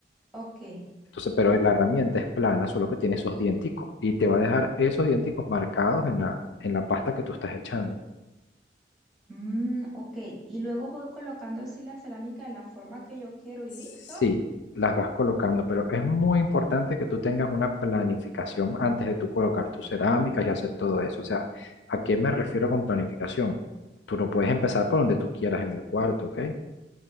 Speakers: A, in the centre; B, on the left.
A: Ok.
B: Entonces, pero la herramienta es plana, solo que tiene esos dienticos. Y te va a dejar esos dienticos marcados en la, en la pasta que tú estás echando.
A: Mm, ok, y luego voy colocando así la cerámica en la forma que yo quiero y
B: Sí,
A: listo.
B: las vas colocando, pero es muy importante que tú tengas una planificación antes de tú colocar tus cerámicas y hacer todo eso. O sea, ¿a qué me refiero con planificación? Tú no puedes
A: Ajá,
B: empezar por donde tú quieras en el cuarto, ¿ok? O